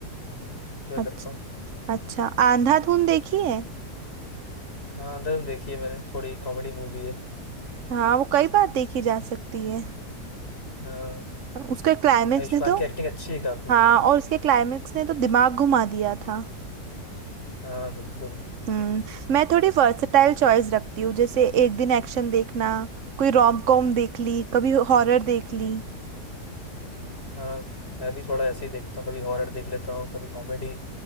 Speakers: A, on the left; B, on the right.
A: प्रेफर
B: अच्छा
A: करता हूँ
B: अच्छा अंधाधुन देखी है
A: हाँ अंदर देखी है मैंने थोड़ी कॉमेडी मूवी है
B: हाँ वो कई बार देखी जा सकती है
A: हाँ
B: उसके क्लाइमेक्स
A: आयुष्मान
B: ने तो
A: की एक्टिंग अच्छी है काफ़ी
B: हाँ और उसके क्लाइमेक्स ने तो दिमाग घुमा दिया था
A: हाँ बिल्कुल
B: हम्म मैं थोड़ी वर्सेटाइल चॉइस रखती हूँ जैसे एक दिन एक्शन देखना कोई रोम कॉम देख ली कभी हॉरर देख ली
A: हाँ मैं भी थोड़ा ऐसे ही देखता हूँ कभी हॉरर देख लेता हूँ कभी कॉमेडी